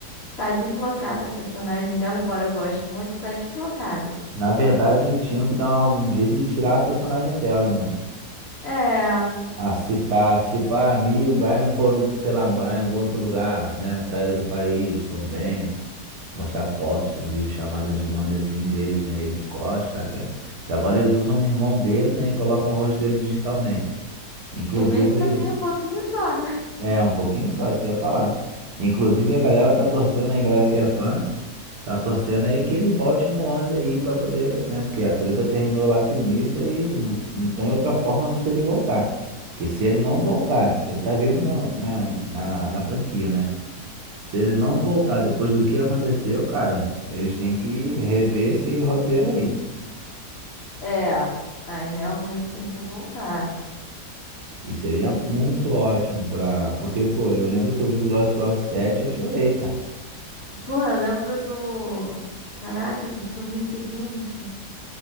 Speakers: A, on the left; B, on the right.
A: tá deslocada a personagem dela, embora eu goste muito, tá deslocada.
B: Na verdade, tinham que dar uma- um jeito de tirar a personagem dela, né?
A: É,
B: A citar, tipo, a Mi e o Brian foram, sei lá, morar em algum outro lugar, né? Saíram do país, estão bem. mostrar fotos, um vídeo chamadas de longe assim deles, né? Ele de costas, saca? Que agora eles usam o irmão dele, né? E colocam o rosto dele digitalmente. Inclusive,
A: e mesmo assim um pouquinho só, né? <laughs>
B: é um pouquinho só, isso que eu ia falar. Inclusive, a galera tá torcendo aí, a galera que é fã, tá torcendo aí que ele volte no 11 aí pra poder, né? Porque a treta terminou lá sinistra e não, não tem outra forma a não ser ele voltar. Que se ele não voltar, ele tá vivo no- na, na, na franquia, né? Se ele não voltar depois do que aconteceu, cara, eles têm que rever esse roteiro aí.
A: É, aí realmente tem que voltar.
B: E seria muito ótimo pra. Porque, pô, eu lembro que eu vi Velozes e Furiosos 7, eu chorei, cara.
A: Porra, eu lembro do. Caraca, do filme seguinte.